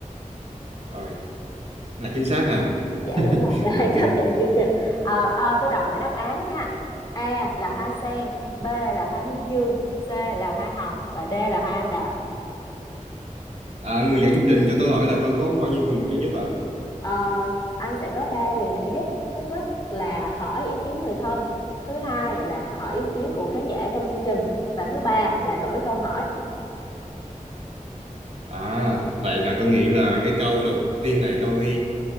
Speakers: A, on the right (about 50°); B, on the left (about 30°).
A: Rồi, là chính xác hả?
B: Dạ
A: <laughs>
B: đúng rồi, <laughs> là
A: Ok.
B: chấp nhận chương trình. Ờ, ờ, tôi đọc lại đáp án nha. A là hoa sen, B là hoa hướng dương, C là hoa hồng và D là hoa anh đào.
A: À, người dẫn chương trình cho tôi hỏi là tôi có bao nhiêu quyền trợ giúp ạ?
B: Ờ, anh sẽ có 3 quyền trợ giúp. Thứ nhất là hỏi ý kiến người thân, thứ hai là hỏi ý kiến của khán giả trong chương trình và thứ ba là đổi câu hỏi.
A: À, vậy là tôi nghĩ là cái câu đầu tiên này tôi